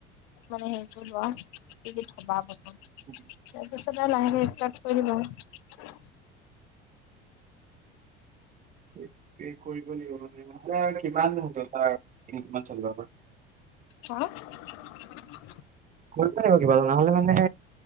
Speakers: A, on the left; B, on the right.
A: মানে হেৰি কৰি লোৱা কি কি থবা প্ৰথম
B: <inaudible>
A: তাৰপিছতে লাহেকে ষ্টাৰ্ট কৰি দিবা
B: এই কৰিবই লাগিব মানে ন এতিয়া আৰু কিমান
A: হা? <inaudible>
B: কৰিবই লাগিব কিবা এটা নহলে মানে